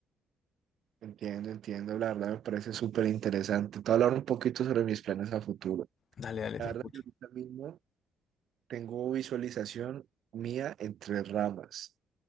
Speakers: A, on the right; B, on the left.
A: Entiendo, entiendo, la verdad me parece súper interesante. Te voy a hablar un poquito sobre mis planes a futuro.
B: Dale, dale,
A: La
B: te escucho.
A: verdad, yo ahorita mismo tengo visualización mía en tres ramas.